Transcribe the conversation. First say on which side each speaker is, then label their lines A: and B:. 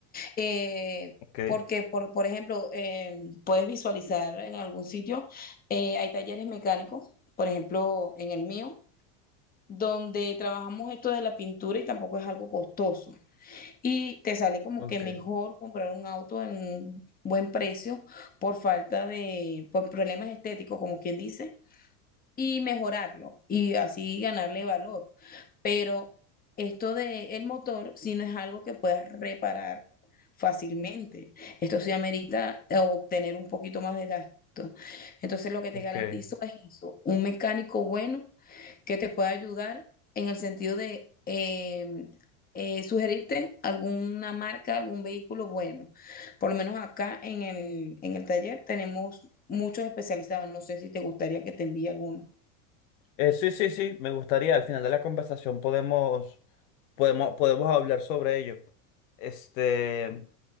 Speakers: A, on the left (about 20°); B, on the left (about 60°).
A: eh,
B: Ok.
A: porque, por, por ejemplo, eh, puedes visualizar en algún sitio, eh, hay talleres mecánicos, por ejemplo, en el mío, donde trabajamos esto de la pintura y tampoco es algo costoso. Y te sale como
B: ok,
A: que mejor comprar un auto en un buen precio por falta de, por problemas estéticos, como quien dice, y mejorarlo y así ganarle valor. Pero esto de el motor, si no es algo que puedas reparar fácilmente, esto sí amerita eh, obtener un poquito más de gasto. Entonces, lo que
B: ok.
A: te garantizo es eso, un mecánico bueno que te pueda ayudar en el sentido de em, eh, sugerirte alguna marca, algún vehículo bueno. Por lo menos acá en el, en el taller tenemos muchos especializados. No sé si te gustaría que te envíe alguno.
B: Eh, sí, sí, sí, me gustaría, al final de la conversación podemos, podemos, podemos hablar sobre ello. Este,